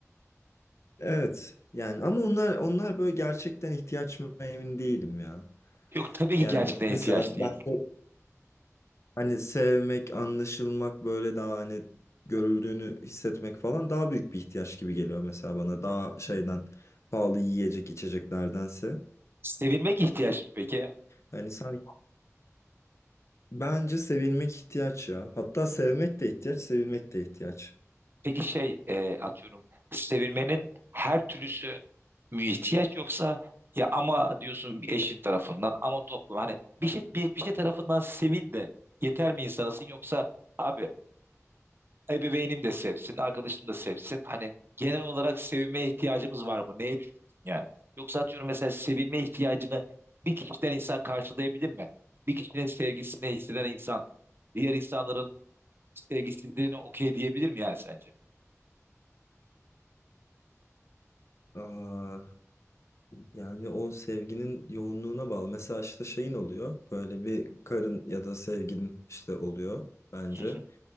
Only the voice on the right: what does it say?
Yok tabii ki
gerçekten
ihtiyaç
değil.
Sevilmek ihtiyaç mı peki?
Peki şey e, atıyorum sevilmenin her türlüsü mü ihtiyaç yoksa ya ama diyorsun bir eşin tarafından ama toplum hani bir şey bir, bir şey tarafından sevil de yeter mi insanısın yoksa abi ebeveynim de sevsin arkadaşım da sevsin hani genel olarak sevilmeye ihtiyacımız var mı neye düşünüyorsun yani yoksa atıyorum mesela sevilme ihtiyacını bir kişiden insan karşılayabilir mi bir kişinin sevgisini hisseden insan diğer insanların sevgisizliğine okey diyebilir mi yani sence?
<laughs>